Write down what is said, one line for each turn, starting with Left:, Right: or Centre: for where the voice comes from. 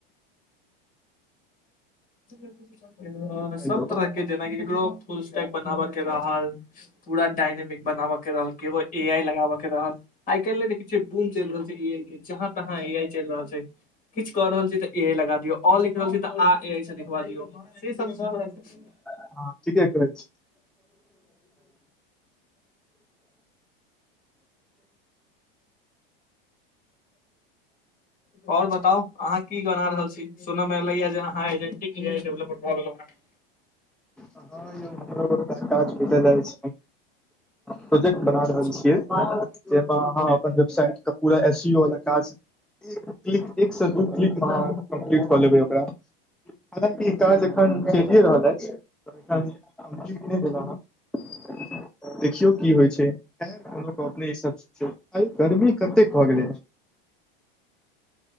Left: <inaudible> हँ
Centre: हेलो
Left: सब तरह के जेनाकि ककरो फूस टाईप बनाबे के रहल पूरा डायनेमिक बनाबे के रहल केबल ए आई लगाबे के रहल आई काल् ने देखे छिय बूम चल रहल छै ए आई के जहाँ तहाँ ए आई चल रहल छै किछ क रहल छी तऽ ए आई लगा दियो अ लिख रहल छी त आ ए आई सँ देखिबा दियौ से सब सभ रंग
Centre: हँ ठीके कहै छी
Left: आओर बताउ अहाँ की गना रहल छी सुनय मे एलैह या जे अहाँ डेवलेपर भऽ गेलहुँ हन
Centre: हँ यौ हमरो काज भेटैत अछि प्रोजेक्ट बना
Left: किछु
Centre: रहल छियै जेमे अहाँ वेबसाइट के पूरा एसीओ वला काज एक क्लिक एक सँ दु क्लिक मे कम्प्लीट कऽ लेबै ओकरा हालाँकि ई काज अखन चलिए रहल अछि देल <inaudible> <inaudible> देखियौ की होइ छै खै लोक अपने हिंसाब सँ चलि गरमी कतेक भऽ गेलै